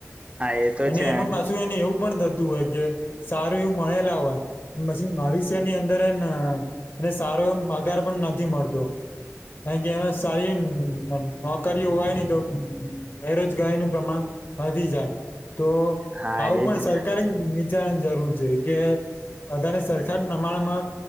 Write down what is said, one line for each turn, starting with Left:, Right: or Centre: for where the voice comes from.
Right: હા એ તો
Left: અને
Right: છે
Left: એમાં પાછું એને એવું પણ થતું હોય કે સારું એવું મળેલા હોય મછી ભવિષ્યની અંદર એ એને સારો એ પગાર પણ નથી મળતો કાનકે એમાં સારી નોકરી હોય નહ તો બેરોજગારી નું પ્રમાણ વધી જાય તો
Right: હા
Left: આવું
Right: એજ
Left: પણ
Right: ને
Left: સરકાર જ નીચાની જરૂર છે કે વધારે સરખા નમાણ માં